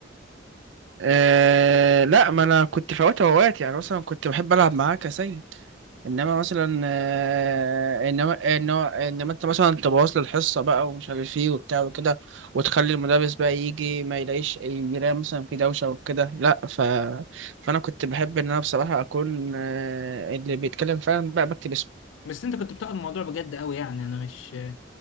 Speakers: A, on the right (about 75°); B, on the left (about 80°).
A: آه لا ما انا كنت فوات اوقات يعني مثلا كنت بحب العب معاك يا سيد انما مثلا آه، انما انما انما انت مثلا تبوظ لي الحصه بقى ومش عارف ايه وبتاع وكده وتخلي المدرس بقى يجي ما يلاقيش يلاقي مثلا في دوشه وكده لا ف فانا كنت بحب ان انا بصراحه اكون آه، اللي بيتكلم فعلا بقى بكتب اسمه
B: بس انت كنت بتاخد الموضوع بجد قوي يعني انا مش